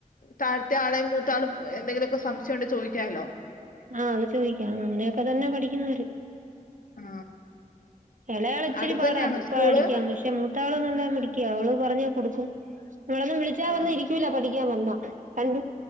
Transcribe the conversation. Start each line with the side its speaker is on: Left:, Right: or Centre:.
Left: താഴ്ത്തെ ആളെ മു ൾ എന്തെങ്കിലുമൊക്കെ സംശയം ഉണ്ടെങ്കി ചോയി കേലോ
Right: ആ അത് ചോദിക്കാം അങ്ങനെയൊക്കെ തന്നെ പഠിക്കുന്നത് ഇവര്
Left: ആ
Right: ഇളയാള് ഇച്ചിരി
Left: അടുത്ത്
Right: പാടാ
Left: തന്നെയാണോ സ്കൂള്
Right: പഠിക്കാൻ പക്ഷെ മൂത്ത മൂത്താള് നല്ല മിടിക്കിയ അവള് പറഞ്ഞ് കൊടുക്കും ഇവളൊന്നും വിളിച്ചാ
Left: ആ
Right: വന്ന് ഇരിക്കൂല്ല പഠിക്കാൻ വന്നാ അണ്ട